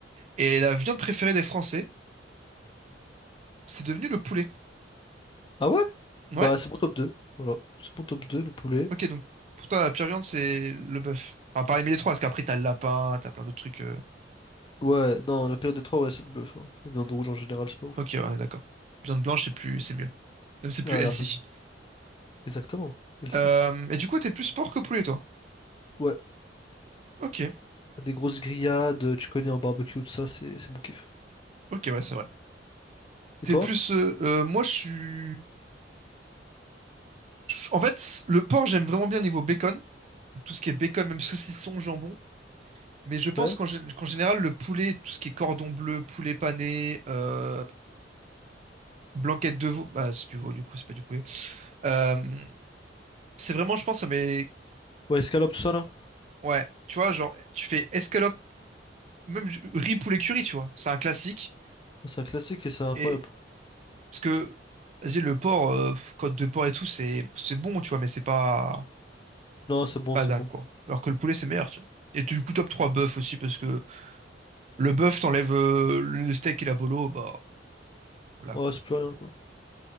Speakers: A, on the right; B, on the left.
A: et la viande préférée des Français, c'est devenu le poulet.
B: Ah ouais?
A: Ouais?
B: Bah, c'est mon top deux voilà. C'est mon top deux le poulet.
A: Ok, donc pour toi, la pire viande, c'est le bœuf. Enfin, parmi les trois, parce qu'après, t'as le lapin, t'as plein d'autres trucs. euh.
B: Ouais, non, la période des 3, ouais, c'est le bœuf. hein. La viande rouge, en général, c'est pas ouf.
A: Ok, ouais, d'accord. Viande blanche, c'est plus, c'est mieux. Même c'est plus
B: Ah,
A: healthy.
B: la- Exactement, elle sait.
A: Euh, et du coup, t'es plus porc que poulet, toi?
B: Ouais,
A: Ok,
B: des grosses grillades, tu connais, en barbecue, tout ça, c'est c'est mon kiff.
A: ok, ouais, c'est vrai.
B: Et
A: T'es
B: toi?
A: plus. euh, euh, moi, je suis. En fait, le porc, j'aime vraiment bien niveau bacon, tout ce qui est bacon, même saucisson, jambon. Mais je pense
B: Ouais?
A: qu'en gé- qu'en général, le poulet, tout ce qui est cordon bleu, poulet pané, euh, blanquette de veau, bah c'est du veau du coup, c'est pas du poulet. Euh, c'est vraiment, je pense, mais
B: Ouais, escalope, tout ça, là?
A: ouais, tu vois, genre, tu fais escalope, même ju- riz poulet curry, tu vois, c'est un classique.
B: C'est un classique et c'est incroyable.
A: Et parce que, vas-y, le porc, euh, pff, côte de porc et tout, c'est c'est bon, tu vois, mais c'est pas
B: Non, c'est
A: c'est
B: bon,
A: pas
B: c'est
A: dingue
B: bon.
A: quoi. Alors que le poulet, c'est meilleur, tu vois. Et du coup, top 3 bœuf aussi parce que Le bœuf, t'enlèves euh, le steak et la bolo, bah voilà
B: Ouais,
A: quoi.
B: c'est plus rien, quoi.